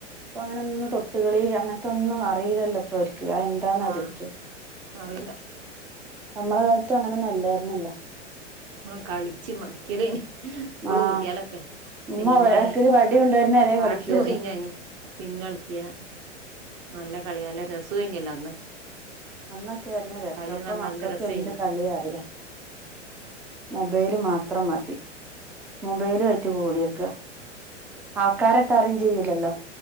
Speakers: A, in the centre; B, on the right.
A: ഇപ്പ അങ്ങനെ ഒന്ന് തൊട്ടുകളിലാ ങ്ങനത്തൊന്നും അറിയില്ലല്ലോ ഇപ്പോര് <unintelligible> എന്താന്ന
B: ആഹ്
A: ചോയിക്ക
B: അറിയില്ല
A: നമ്മള കാലത്ത് അങ്ങനൊന്നല്ലാരുന്നല്ല
B: ആഹ് കളിച്ച് മതിക്കല് സ്കൂള്
A: ആഹ്
B: പൂട്ടിയാലൊക്കെ സിങ്ങ്
A: ഉമ്മ ബേക്കില്
B: കളി
A: വടി കൊണ്ടുവരുന്ന വരെ
B: പാടത്ത്
A: കളിക്കുവായിരുന്നു
B: പോയിങ്ങനി സിങ്ങളിക്യാ നല്ല കളി നല്ല രാസ്വീന്നല്ലേ അന്ന്
A: അന്നൊക്കെ ആരുന്നു രസം
B: കളീന്ന്
A: ഇപ്പ
B: പറഞ്ഞാ
A: മക്കക്ക്
B: നല്ല രസേനി
A: എന്ത് കളിയറിയാ മൊബൈല് മാത്രം മതി മൊബൈലു ആയിറ്റ് കൂടിയെക്ക ആൾക്കാര ത്തറേഞ്ചേയ്യൂല്ലല്ലോ